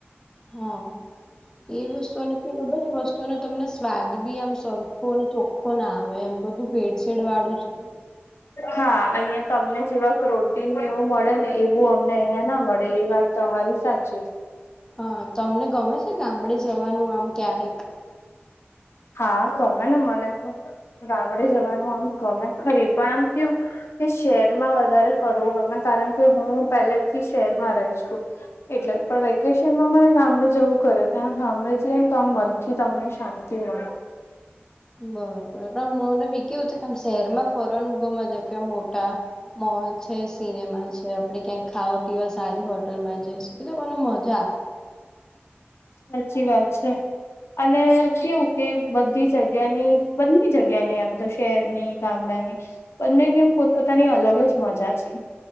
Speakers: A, on the left (about 15°); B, on the left (about 80°).
A: હા એ વસ્તુઓને ખબર વસ્તુઓને તમને સ્વાદબી આમ સરખો અને ચોખ્ખો ના આવે એમ બધું ભેડસેેડ વાળું છે.
B: હા અહિયાં તમને જેવા પ્રોટીન એવું મળે ને એવું અમને અહિયાં ના મળે એ વાત તમારી સાચી.
A: હા તમને ગમે છે? ગામડે જવાનું આમ ક્યારેક.
B: હા ગમે ને મને તો ગામડે જવાનું આમ ગમે ખરી પણ આમ કેવુક કે શહેરમાં વધારે ફરવો ગમે કારણ કે હું પહેલેથી શહેરમાં રહીશ. એટલે પણ વેકેશનમાં મને ગામડે જવું કરે ત્યાં ગામડે જઈએ ને તો આમ મનથી તમને શાંતિ મળે.
A: બરોબર પણ મને ભી કેવું છે કે શહેરમાં ફરવાનું ગમે છે. કે મોટા મોલ છે, સિનેમા છે, આપડે ક્યાંક ખાવા પીવા સારી હોટલમાં જઈ શકીએ તો મને મજા
B: સાચી વાત છે. અને કેવું કે બધી જગ્યાની બંની જગ્યા ની એમ તો શહેરની ગામડા ની બંનેની એમ પોતપોતા ની અલગ જ મજા છે.